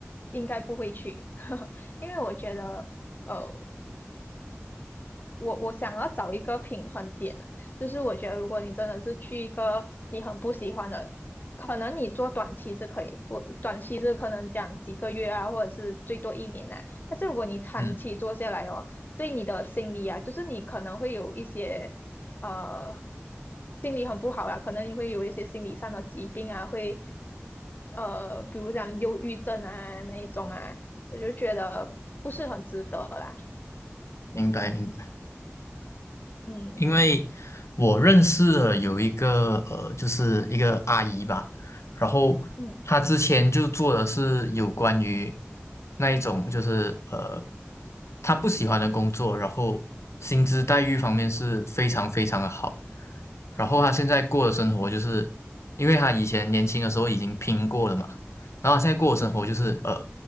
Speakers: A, on the left; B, on the left.
A: 应该不会去，<laughs> 因为我觉得。呃。我我想要找一个平衡点啊，就是我觉得如果你真的是去一个你很不喜欢的，可能你做短期是可以，我短期是可能讲几个月啊，或者是最多一年啊。但是如果你长期做下来哦，
B: 嗯，
A: 对你的心理啊，就是你可能会有一些呃心理很不好啦，可能你会有一些心理上的疾病啊，会呃比如讲忧郁症啊那一种啊，我就觉得不是很值得啦。
B: 明白明白。
A: 嗯
B: 因为我认识的有一个呃，就是一个阿姨吧，然后她之前就做的是有关于
A: 嗯
B: 那一种就是呃他不喜欢的工作，然后薪资待遇方面是非常非常的好。然后他现在过的生活就是，因为他以前年轻的时候已经拼过了嘛，然后他现在过的生活就是呃，
A: 嗯。